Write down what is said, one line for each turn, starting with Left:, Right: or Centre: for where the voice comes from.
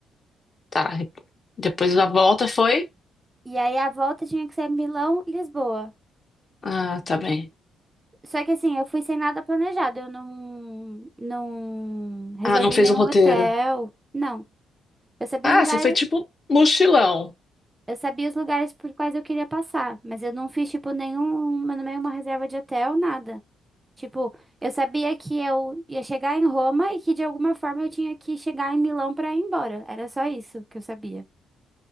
Left: Tá. e Depois da volta foi?
Right: E aí a volta tinha que ser Milão, Lisboa.
Left: Ah, tá bem.
Right: Só que assim, eu fui sem nada planejado. Eu não, não reservei
Left: Ah, não fez
Right: nenhum
Left: um roteiro.
Right: hotel. Não. Eu sabia
Left: Ah,
Right: os lugares
Left: você foi tipo mochilão. <laughs>
Right: Eu sabia os lugares por quais eu queria passar, mas eu não fiz, tipo, nenhuma, nenhuma reserva de hotel, nada. Tipo, eu sabia que eu ia chegar em Roma e que de alguma forma eu tinha que chegar em Milão pra ir embora. Era só isso que eu sabia.